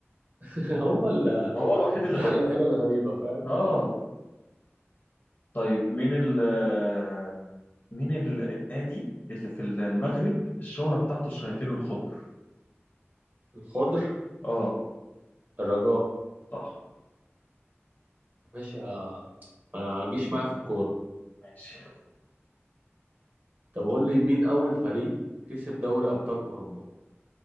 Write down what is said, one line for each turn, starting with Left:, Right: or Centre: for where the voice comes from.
Right: <laughs> هو ال-
Left: ما هو الوحيد اللي
Right: الحاجة
Left: غريب
Right: الوحيدة اللي غريبة فاهم
Left: اه طيب مين ال آه، مين ال... النادي اللي في المغرب الشهرة بتاعته الشياطين الخضر
Right: الخضر
Left: اه
Right: الرجاء
Left: صح
Right: ماشي ما تجيش معايا في الكورة
Left: ماشي
Right: طب قول لي مين أول فريق كسب دوري أبطال أوروبا